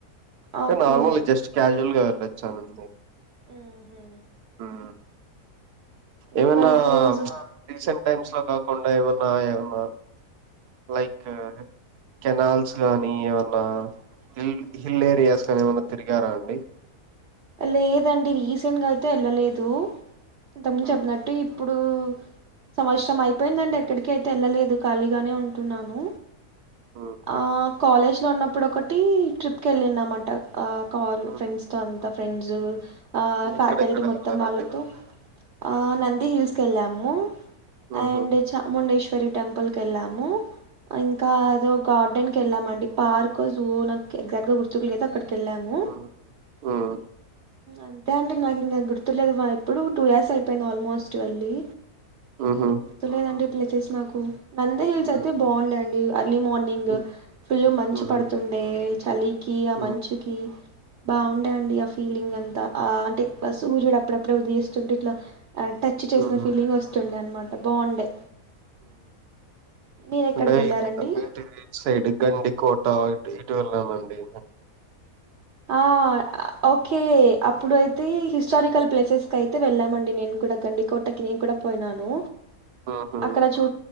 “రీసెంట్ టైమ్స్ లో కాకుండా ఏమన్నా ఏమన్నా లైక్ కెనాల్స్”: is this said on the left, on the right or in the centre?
Right